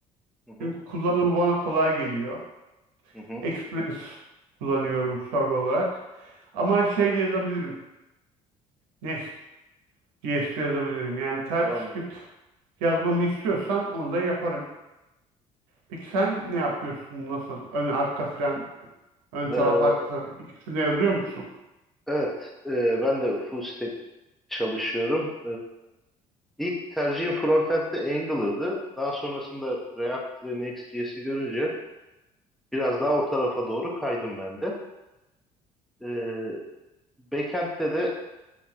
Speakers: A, in the centre; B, on the right (about 70°).
A: Hı hı,
B: Çünkü kullanımı bana kolay geliyor.
A: hı hı,
B: Express kullanıyorum server olarak. Ama şey
A: anladım.
B: de yazabilirim. Nest.js de yazabilirim. Yani TypeScript
A: Anladım.
B: yazmamı istiyorsan onu da yaparım. Peki sen ne yapıyorsun? Nasıl? Ön arka filan, ön
A: Ee,
B: taraf arka taraf ikisini de yazıyor musun?
A: evet e, ben de full stack çalışıyorum. Ee, ilk tercihim frontend'de Angular'dı. Daha sonrasında React ve Next.js'i görünce biraz daha o tarafa doğru kaydım ben de. Ee, backend'de de